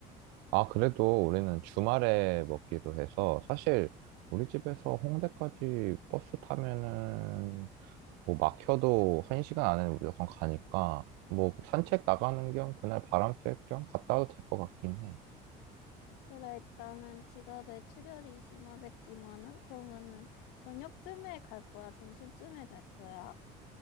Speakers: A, on the right (about 85°); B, on the left (about 85°).
A: 아, 그래도 우리는 주말에 먹기로 해서 사실 우리 집에서 홍대까지 버스 타면은 뭐 막혀도 한 시간 안에는 무조건 가니까 뭐 산책 나가는 겸 그날 바람 쐴 겸 갔다 와도 될 것 같긴 해.
B: 그래, 일단은 지갑에 출혈이 심하겠지만은, 그러면은 저녁쯤에 갈 거야? 점심쯤에 갈 거야?